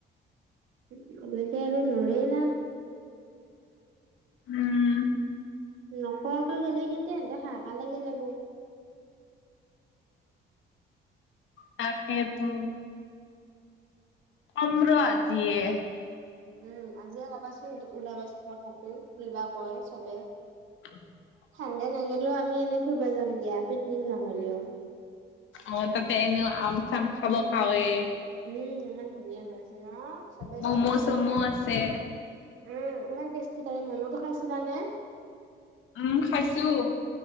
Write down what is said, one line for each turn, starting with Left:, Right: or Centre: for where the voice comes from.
Right: সেইটোৱে এনেকে আৰু নৰে না।
Left: উম,
Right: নকোৱাকে গেলি কিন্তু সিহতে হাহাকা লাগি যাব।
Left: তাকেতো। কম ৰ'
Right: এ
Left: আজিয়ে।
Right: উম, আজিয়ে কবাচোন ওলাবাচোন কথাটো কিবা কয় চবে।
Left: <inaudible>
Right: হেণ্ডে নেগেলিও আমি এনে ফুৰব যাম দিয়া পিকনিক নহলিয়।
Left: অ, তাতে এনেও আম -চাম খাব পাওয়ে।
Right: উম, ইমান ধুনীয়া হৈ আছে ন? চবে
Left: ম'ম'
Right: যাই আছে
Left: -চ'ম' আছে।
Right: উম, ইমান টেষ্টি তাৰে ম'মটো খাইছিলা নে?
Left: উম, খাইছোঁ